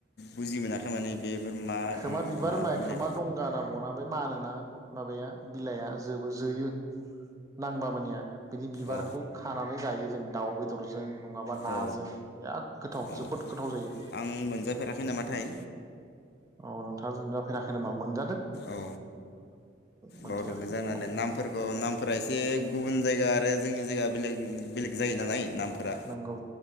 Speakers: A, on the left; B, on the right.
A: बुजि मोनाखै माने बेफोर मा
B: खोमा बिबार
A: मा
B: होमबाय
A: बिलाइ
B: खोमा दंगा होनना बुंङोना बे मानोना माबाया बिलाइआ जोबो जोयो नांबा मानिया बिनि बिबारखौ
A: औ
B: खानानै जायो जों दाउ बेदरजों नङाबा नाजों
A: औ
B: बिराद गोथाव
A: औ
B: जोबोद गोथाव जायो
A: आं मोनजाफेराखै नामाथाय
B: अ नोंथाङा जोनजाफेराखै नामा मोन
A: औ
B: मोनथियाखै
A: बावदोंबो जानानै
B: मुंखौ
A: नामफोरखौ नामफोरा एसे गुबुन जायगा आरो जोंनि जायगा बेलेग बेलेग जायो नालाय नामफोरा
B: नंगौ